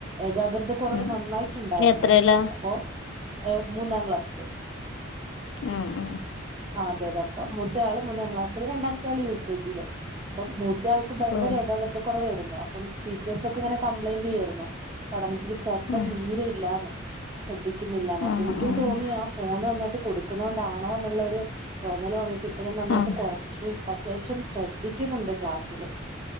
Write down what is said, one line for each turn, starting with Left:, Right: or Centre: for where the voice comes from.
Right: ഏകാഗ്രിത കുറവ്
Left: ഉം
Right: നന്നായിട്ടുണ്ടായിരുന്നു
Left: എത്രേലാ
Right: അപ്പോ മൂന്നാം ക്ലാസ്സില്
Left: ആഹ് ആഹ്
Right: ആഹ് അതെയതെ അപ്പൊ മുത്ത ആള് മൂന്നാം ക്ലാസ്സില് രണ്ടാമത്തെ ആള് യു കെ ജിയിലെ. അപ്പം മൂത്ത ആൾക്ക് ഭയങ്കര
Left: ഓ
Right: ഏകാഗ്രത കുറവായിരുന്നു അപ്പം ടീച്ചേഴ്സ ഒക്കെ ഇങ്ങനെ കംപ്ലൈന്റ് ചെയ്യായിരുന്നു പഠനത്തില് ശ്രദ്ധ
Left: ഉം
Right: തീരെ ഇല്ലന്ന് ശ്രദ്ധിക്കുന്നില്ലന്ന് അപ്പൊ
Left: ആഹ്
Right: എനിക്കും
Left: ആഹ്
Right: തോന്നിയാ ഫോണ് നന്നായിട്ട് കൊടുക്കുന്നണ്ടാണോ എന്നുള്ളരു തോന്നൽ തോന്നിയപ്പോ ഇപ്പൊ ഞാൻ നന്നായിട്ട്
Left: ആഹ്
Right: കുറ ശോ ഇപ്പ അത്യാവശ്യം ശ്രദ്ധിക്കുന്നുണ്ട് ക്ലാസ്സില്